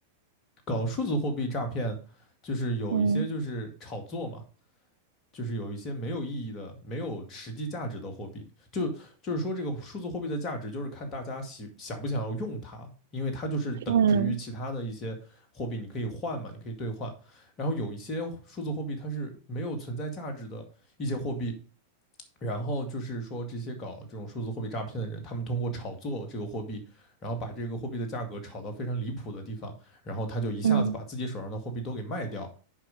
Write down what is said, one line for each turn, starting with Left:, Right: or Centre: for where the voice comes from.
Left: 搞数字货币诈骗，就是有一些就是炒作嘛，
Right: 嗯
Left: 就是有一些没有意义的、没有实际价值的货币，就就是说这个数字货币的价值就是看大家喜想不想要用它，因为它就是等值于其他的一些货币，
Right: 嗯
Left: 你可以换嘛，你可以兑换。然后有一些数字货币它是没有存在价值的一些货币，然后就是说这些搞这种数字货币诈骗的人，他们通过炒作这个货币，然后把这个货币的价格炒到非常离谱的地方，然后他就一下子把自己手上的货币都给卖掉，
Right: 嗯